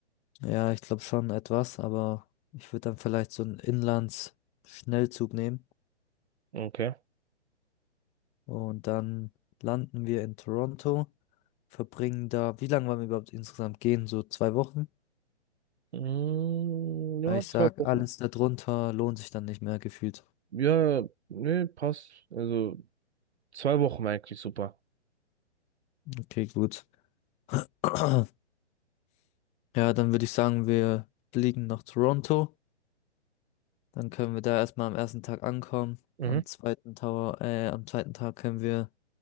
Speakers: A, on the left (about 20°); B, on the right (about 65°).
A: Ja, ich glaube schon etwas, aber ich würde dann vielleicht so einen Inlands-Schnellzug nehmen
B: Okay.
A: und dann landen wir in Toronto, verbringen da, wie lange wollen wir überhaupt insgesamt gehen? So zwei Wochen?
B: Mm, ja,
A: Weil ich
B: zwei
A: Ja. sag,
B: Wochen.
A: alles darunter lohnt sich dann nicht mehr gefühlt.
B: Ja, nee, passt. Also zwei Wochen war eigentlich super.
A: Okay, gut. <clears throat> Ja, dann würde ich sagen, wir fliegen nach Toronto. Dann können wir da erstmal am ersten Tag ankommen.
B: Mhm.
A: Am zweiten Tower, äh, am zweiten Tag können wir